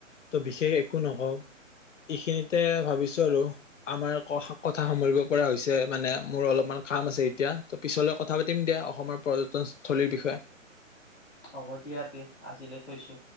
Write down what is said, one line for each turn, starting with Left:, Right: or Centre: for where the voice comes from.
Left: ত' বিশেষ একো নকওঁ এইখিনিতে ভাবিছো আৰু আমাৰ কথা সামৰিব পৰা হৈছে মানে মোৰ অলপমান কাম আছে এতিয়া ত পিছলে কথা পাতিম দিয়া অসমৰ পৰ্যটনস্থলীৰ বিষয়ে
Centre: হ'ব দিয়া দে আজিলৈ থৈছো